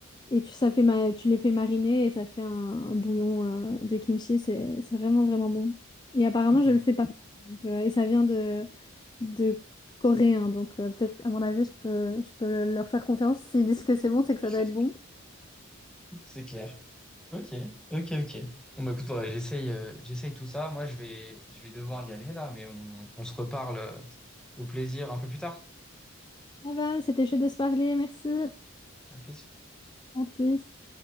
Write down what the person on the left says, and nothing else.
Et tu, ça fait ma... tu les fais mariner et ça fait un, un bouillon euh, de kimchi. C'est c'est vraiment, vraiment bon. Et apparemment,
je le fais pas. Donc, euh, et ça vient de, de Corée. hein. donc, euh, peut-être qu'à mon avis, je peux, je peux leur faire confiance. S'ils disent que c'est bon, c'est que
ça doit être bon.
Ah va c'était chaud de se parler. Merci.
À plus.